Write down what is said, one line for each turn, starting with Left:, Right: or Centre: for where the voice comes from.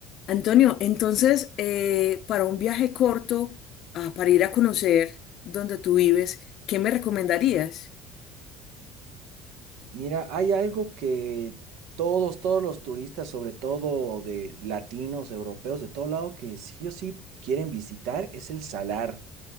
Left: Antonio, entonces, eh, para un viaje corto, ah, para ir a conocer donde tú vives, ¿qué me recomendarías?
Right: Mira, hay algo que todos, todos los turistas, sobre todo de latinos, europeos, de todo lado, que sí o sí quieren visitar, es el salar.